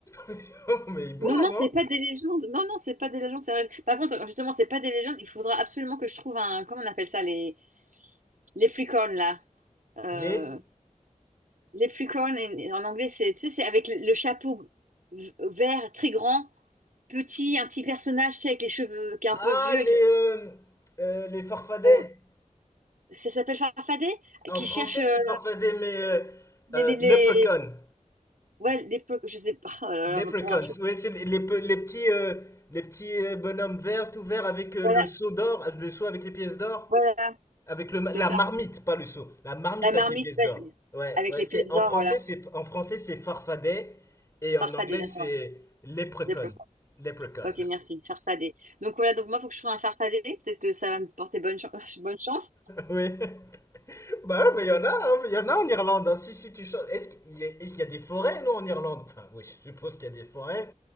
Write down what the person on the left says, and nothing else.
<laughs> Mais ils boivent,
hein?
Les...
Ah,
les...
euh, euh, les farfadets.
En
français,
c'est farfadet, mais... euh,
euh,
leprechaun.
Leprechauns,
ouais, c'est les, les pe- les petits, euh, les petits euh, bonhommes verts, tout verts avec euh,
le seau d'or, euh, le seau avec les pièces d'or,
avec le, ma-
la
marmite, pas le seau, la marmite
avec les pièces
d'or. Ouais,
ouais,
c'est
en
français,
c'est en français c'est farfadet et en
anglais
c'est leprechaun,
leprechaun.
<laughs> Oui. Bah ouais, mais il y en a, hein, il y en a en Irlande. hein. Si si tu chantes, est-ce qu'il y a, est-ce qu'il y a des forêts non en Irlande? Enfin, oui, je suppose qu'il y a des forêts.